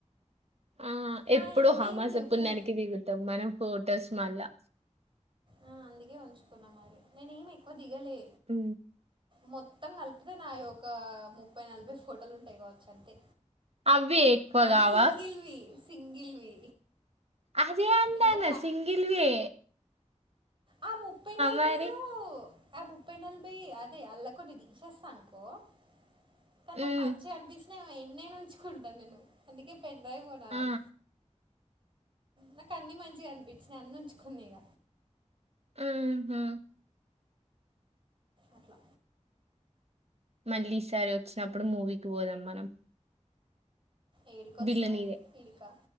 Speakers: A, on the right; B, on the right.
A: ఆ
B: నా
A: ఎప్పుడు
B: అంత
A: అమాస
B: ఏం లేవు
A: పుణ్యానికి దిగుతాం మనం ఫొటోస్ మళ్ళా
B: ఆ అందుకే ఉంచుకున్నా మరి నేను ఏమి ఎక్కువ దిగలే
A: ఉ
B: మొత్తం కలిపితే నాయి ఒక ముప్పై నలభై ఫోటోలు ఉంటాయ్ కావోచ్చు అంతే
A: అవి ఎక్కువ
B: అంటే
A: గావా?
B: సింగిల్వి సింగిల్వి
A: అదే అంటాన్న
B: ఇంకా
A: సింగ్లేవే
B: ఓ ముప్పై నలభైలో
A: మరి.
B: ఆ ముప్పై నలభై అదే అళ్లా కొన్ని తీసేస్తా అనుకోను
A: హ్మ్.
B: నాకు మంచిగ అనిపిస్తే నే ఏనైనా ఉంచుకుంటా నేను అందుకే పెన్ డ్రైవ్ కొనాలే
A: ఆ!
B: నాకు అన్ని మంచిగా అనిపించినాయి అన్ని ఉంచుకున్న ఇగ
A: ఉహు
B: అట్లా
A: మళ్ళీ ఈసారి వచ్చినప్పుడు మూవీకి పోదాం మనం
B: ఏడికొస్తావ్
A: బిల్లు నీదే.
B: ఇడికా